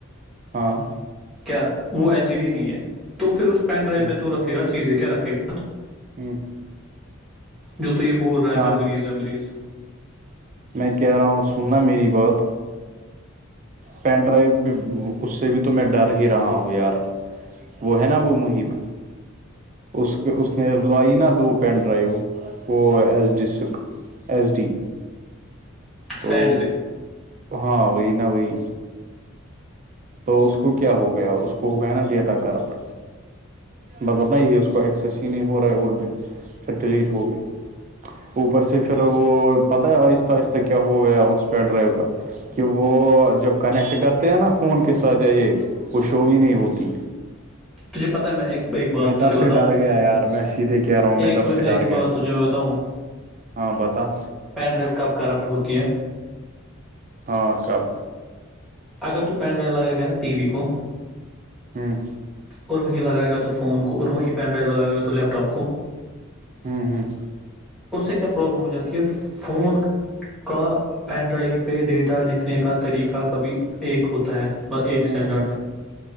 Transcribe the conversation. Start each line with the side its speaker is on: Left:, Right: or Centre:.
Right: ہاں
Centre: کیا وہ ایس جی ڈی نہیں ہے تو پھر اس میں پین ڈرائیو
Right: ہ
Centre: میں تو رکھ گا چیزیں کیا رکھ گا
Right: ہوں
Centre: جو تو یہ بول رہا ہے
Right: ہاں
Centre: میمریز ویمریز
Right: میں کہہ رہا ہوں سننا میری بات پین ڈرائیو بھی اس سے بھی تو میں ڈر ہی رہا ہوں یار وہ ہے نا وہ محیب اس کے اس نے لائی نا دو پین ڈرائیو وہ ایس ڈی سک ایس ڈی تو
Centre: سائین ڈسک
Right: ہاں وہی نہا وہی تو اس کو کیا ہو گیا اس کو ہو گیا نا ڈیٹا کرپٹ مطلب نہ یہ اس کو ایکسیس ہی نہیں ہو رہا ہے اور پھر ڈیلیٹ ہو گئی اوپر سے پھر وہ پتاہ ہے آہستہ آہستہ کیا ہو گیا اس پیڈ ڈرائی کا کہ وہ جب کنیکٹ کرتے ہیں نا فون کے ساتھ یہ وہ شو ہی نہیں ہوتی
Centre: تجھے پتا ہے میں ایک ایک بات
Right: میں تب
Centre: تجھے
Right: سے
Centre: بتاؤں
Right: ڈر گیا یار میں سیدھے کہہ رہا ہوں میں
Centre: ایک
Right: تب سے
Centre: ایک
Right: ڈر
Centre: بات
Right: گیا
Centre: تجھے میں بتاؤں
Right: ہاں بتاؤ
Centre: پین ڈرائیو کب کرپٹ ہوتی ہے
Right: ہاں کب
Centre: اگر تو پین ڈائیو لگا کر ن ٹی وی کو
Right: ہوں
Centre: اور وہی لگائے گ تو فون کو اور وہی پین ڈرائیو لگائے گا تو لیپ ٹاپ کو
Right: ہوں ہوں
Centre: اس سے کیا پرابلم ہو جاتی ہے فون کا پین ڈرائیو پہ ڈیٹا لکھنے کا طریقہ کبھی ایک ہوتا ہے ایک اسٹینڈرڈ
Right: ہوں ہوں